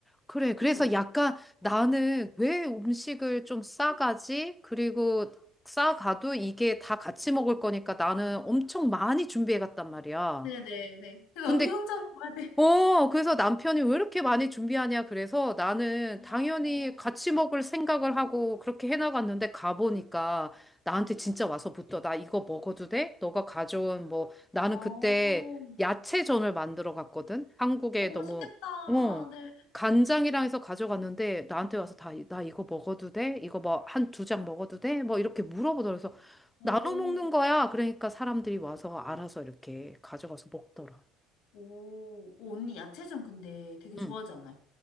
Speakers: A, in the centre; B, on the left.
A: 그래. 그래서
B: 그죠?
A: 약간 나는 왜 음식을 좀 싸가지? 그리고 싸가도 이게 다 같이 먹을 거니까 나는 엄청 많이 준비해 갔단 말이야.
B: 네네네. 근데
A: 근데
B: 언니 혼자 먹어야 돼.
A: 어, 그래서 남편이 왜 이렇게 많이 준비하냐. 그래서 나는 당연히
B: 아,
A: 같이 먹을 생각을 하고 그렇게 해나갔는데 가보니까 나한테 진짜 와서 붙어. 나 이거 먹어도 돼? 너가 가져온 뭐, 나는
B: 아,
A: 그때
B: 어,
A: 야채전을 만들어 갔거든? 한국에
B: 어, 맛있겠다.
A: 너무, 어,
B: 네.
A: 간장이랑 해서 가져갔는데 나한테 와서 다, 나 이거 먹어도 돼? 이거 뭐 한 두 장 먹어도 돼? 뭐 이렇게 물어보더라. 그래서
B: 오...
A: 나눠 먹는 거야. 그러니까 사람들이 와서 알아서 이렇게 가져가서 먹더라.
B: 오, 오, 언니 야채전 근데 되게 좋아하지
A: 응.
B: 않아요?